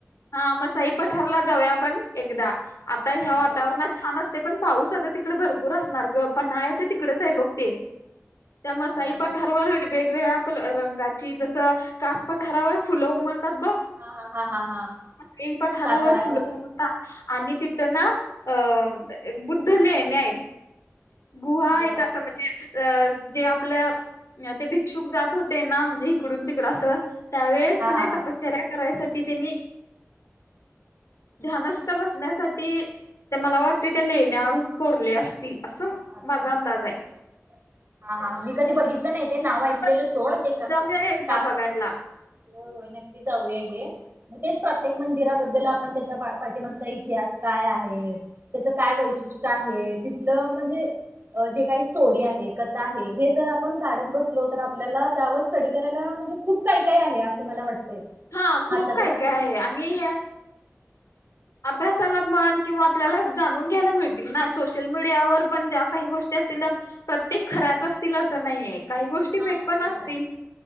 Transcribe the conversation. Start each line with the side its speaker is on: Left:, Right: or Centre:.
Left: हा मसाई पठारला जाऊया आपण एकदा आता ह्या वातावरणात.
Right: बर
Left: छान असते पण पाऊस आता तिकडे भरपूर असणार ग पन्हाळ्याच्या तिकडेच आहे बघ ते. त्या मसाई
Right: हा
Left: पठारावर होईल. वेगवेगळ्या कलर रंगाची जस कास पठारावर फुलं उमलतात बघ.
Right: हा हा हा हा हा.
Left: म ते पट हारावर
Right: साताराचा
Left: फुलं
Right: कासपठार
Left: उरंतात आणि तिथं ना अ बुद्ध लेण्या आहेत. गुहा आहेेत
Right: बर
Left: असं म्ह अ जे आपलं ते भिक्षुक जात होते ना म्हणजे हिकडून तिकडं असं त्यावेळेस
Right: हा
Left: का
Right: हा
Left: नाही
Right: हा
Left: तपश्चर्या करायसाठी त्यांनी ध्यानस्थ बसण्यासाठी तर मला वाटते त्या लेण्या कोरल्या असतील असं
Right: अच्छा
Left: माझा
Right: अच्छा
Left: अंदाज
Right: अच्छा
Left: आहे.
Right: हा हा मी कधी बघितलं नाही ते नाव ऐकलेलं
Left: आपण
Right: सोड ते
Left: जाऊया ना एकदा
Right: कास
Left: बघायला
Right: होय होय नक्की जाऊ या घे. मग तेच प्रत्येक मंदिराबद्दल आपण त्याच्या पाठिमागचा इतिहास काय आहे? त्याच काय वैशिष्ट्य आहे? तिथलं म्हणजे जे काही स्टोरी आहे कथा आहे हे जर आपण काढत बसलो तर आपल्याला त्यावर स्टडी करायला म्हणजे खूप काय काय आहे असं मला वाटतंय.
Left: हा खूप
Right: आता
Left: काय
Right: तर आपण
Left: काय आहे? आणि अ अभ्यासाला म्हनं किंवा आपल्याला जाणून घ्यायला मिळतील ना सोशल मीडियावर पण ज्या काही गोष्टी असतील त्या प्रत्येक खऱ्याच असतील असं नाहीये. काही गोष्टी
Right: हा
Left: फेक
Right: बरोबर
Left: पण असतील.
Right: हाय